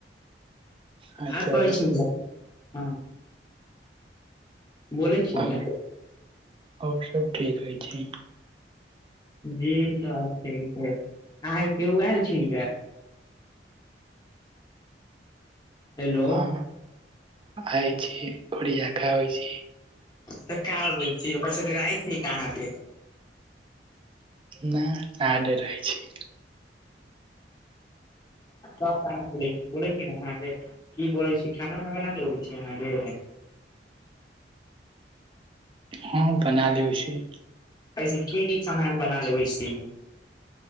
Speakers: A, on the right; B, on the left.
A: अच्छा
B: आर कहैत छी हँ बोलै छी
A: आओर
B: ने
A: आओर सब ठीक हय छै
B: जी त ठीक छै अहाँ केओ आयल छ हेलो
A: हँ आइ छी घड़ी जाका होइ छी <unintelligible>
B: तऽ कै छी ओकर से ड्रइ छै अहाँ के <inaudible>
A: न रह छै <unintelligible>
B: त बोल छी ने अहाँके <inaudible> की बोैलै छी खाना उना बना लबै छी अहाँके
A: हँ बना लेबे अछि
B: ऐसे की की खाना बना लेबै अछि